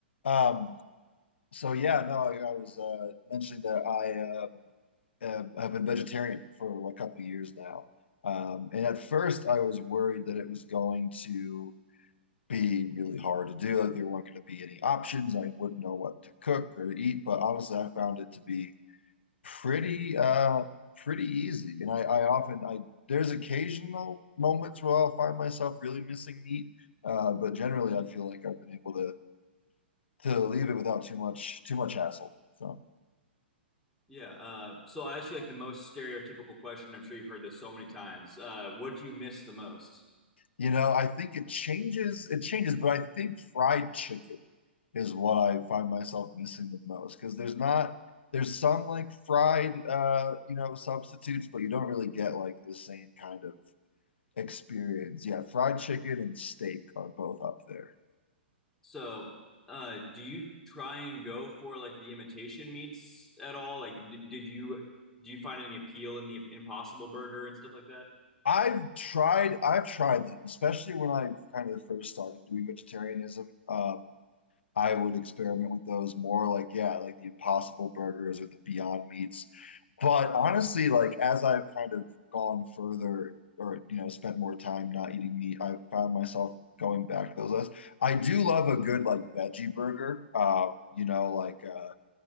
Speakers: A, on the left; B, in the centre.
A: Um, so yeah, no, I, I was uh, mentioning that I um, uh, have been vegetarian for like a couple of years now. Um, and at first, I was worried that it was going to be really hard to do. Like there weren't going to be any options. I wouldn't know what to cook or to eat. But honestly, I found it to be pretty uh pretty easy. And I, I often I there's occasional moments where I'll find myself really missing meat. Uh, but generally,
B: Mhm.
A: I feel like I've been able to to leave it without too much too much hassle. So,
B: Yeah. Uh, so I ask you like the most stereotypical question. I'm sure you've heard this so many times. Uh, what do you miss the most?
A: you know, I think it changes it changes, but I think fried chicken is what I find myself missing the most because there's not there's some like fried uh you know substitutes, but you don't really get like the same kind of experience. Yeah, fried chicken and steak are both up there.
B: So, uh, do you try and go for like the imitation meats at all? Like, d did you do you find any appeal in the Impossible Burger and stuff like that?
A: I've tried I've tried them, especially when I kind of first started doing vegetarianism. Um I would experiment with those more like, yeah, like the Impossible Burgers or the Beyond Meats. But honestly, like as I've kind of gone further or, you know, spent more time not eating meat, I have found myself going back to those lists. I do love a good like veggie burger. Um, you know, like uh